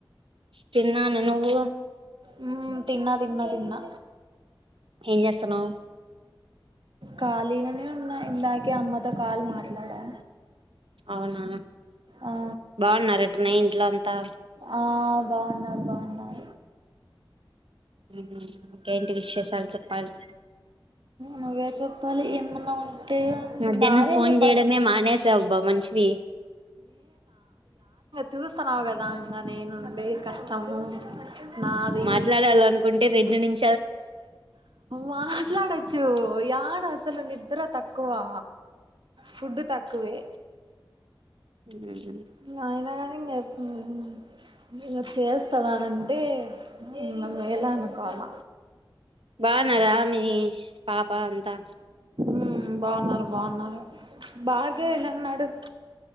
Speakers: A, on the right; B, on the right.
A: తిన్నాను నువ్వు
B: ఉమ్ తిన్నా తిన్నా తిన్నా
A: ఏం చేస్తానవ్
B: ఖాళీగానే ఉన్న ఇందాకే అమ్మతో కాల్ మాట్లాడా
A: అవునా
B: ఆ
A: బాగున్నరటనే ఇంట్లో అంతా
B: ఆ బాగున్నారు బాగున్నార
A: హ్మ్ ఇంకేంటి విశేషాలు చెప్పాలి
B: నువ్వే చెప్పాలి ఏమన్నా ఉం టే
A: మధ్యాహ్నం
B: నాదే
A: ఫోన్
B: ఇంగతప్
A: చేయడమే మానేసావు అబ్బా మనిషివి
B: చూస్తన్నావు కదా ఇంకా నేనుండే కష్టము నాది
A: మాట్లాడాల అనుకుంటే రెండు నిమి
B: మాట్లాడొచ్చు ఓ యాడ అసలు నిద్ర తక్కువా ఫుడ్ తక్కువే.
A: మ్మ్
B: ఇంగ అయినా కానీంగ మ్మ్ ఇంగ చేస్తారనంటే ఇంగ మేలానుకోవాల.
A: బాగున్నార మీ పాప అంతా
B: మ్మ్ బాగున్నారు బాగున్నారు బార్గవెలా ఉన్నాడు